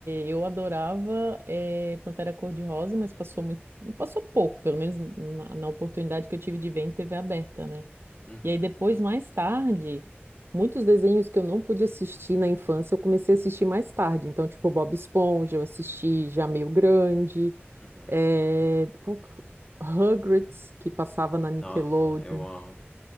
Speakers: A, on the right; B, on the left.
A: eu adorava eh, Pantera Cor-de-Rosa, mas passou muito, passou pouco, pelo menos na, na oportunidade que eu tive de ver em TV aberta, né?
B: Uhum,
A: E aí depois, mais tarde, muitos desenhos que eu não pude assistir na infância, eu comecei a assistir mais tarde. Então, tipo, Bob Esponja, eu assisti já meio grande,
B: uhum.
A: eh, qual que- Rugrats, que passava na Nickelodeon.
B: Nossa, eu amo.